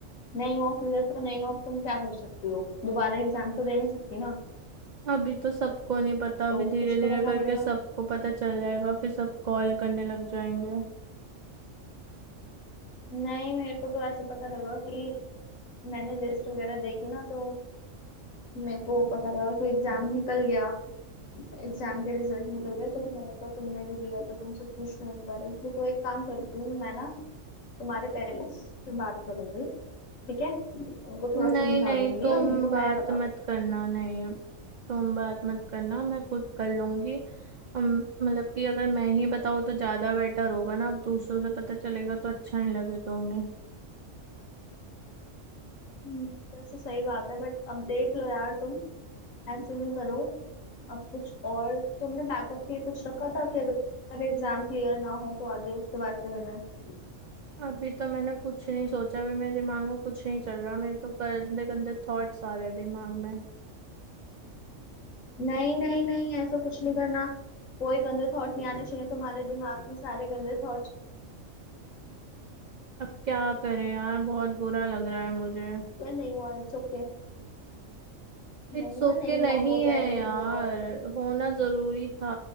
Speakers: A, on the left; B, on the right.
A: नहीं हुआ क्लियर तो नहीं हुआ अब तुम क्या कर सकती हो दोबारा एग्जाम तो दे नहीं सकती ना
B: अभी तो सबको नहीं पता अभी
A: तो
B: धीरे
A: कुछ
B: धीरे
A: तो करना
B: करके
A: पड़ेगा
B: सबको पता चल जाएगा फिर सब कॉल करने लग जाएंगे
A: नहीं मेरे को तो ऐसे पता लगा कि मैंने लिस्ट वगैरह देखी ना तो मेरे को पता लगा कि एग्जाम निकल गया एग्जाम के रिजल्ट निकल गए तो मैंने कहा तुमने भी दिया तो तुमसे पूछ लूँ एक बार देखो एक काम करती हूँ मैं ना तुम्हारे पेरेंट्स से बात करूंगी ठीक है उनको थोड़ा
B: नहीं
A: समझा
B: नहीं
A: दूंगी
B: तुम
A: और उनको
B: बात
A: मैं ही बता
B: मत करना नहीं तुम बात मत करना मैं खुद कर लूंगी अम, मतलब कि अगर मैं ही बताऊँ तो ज्यादा बेटर होगा ना अब दूसरों से पता चलेगा तो अच्छा नहीं लगेगा उन्हें
A: हम्म, वैसे सही बात है बट अब देख लो यार तुम ऐसे नहीं करो अब कुछ और तुमने बैकअप के लिए कुछ रखा था कि अगर एग्जाम क्लियर ना हो तो आगे उसके बाद क्या करना है
B: अभी तो मैंने कुछ नहीं सोचा भी मेरे दिमाग में कुछ नहीं चल रहा मेरे तो गंदे गंदे थॉट्स आ रहे हैं दिमाग में
A: नहीं नहीं नहीं ऐसा कुछ नहीं करना कोई गंदे थॉट नहीं आने चाहिए तुम्हारे दिमाग में सारे गंदे थॉट्स
B: अब क्या करें यार बहुत बुरा लग रहा है मुझे
A: नहीं हुआ इट्स ओके
B: इट्स
A: नहीं हुआ
B: ओके
A: नहीं
B: नहीं
A: हुआ हो
B: है
A: जाएगा जब
B: यार
A: होना होगा
B: होना जरूरी था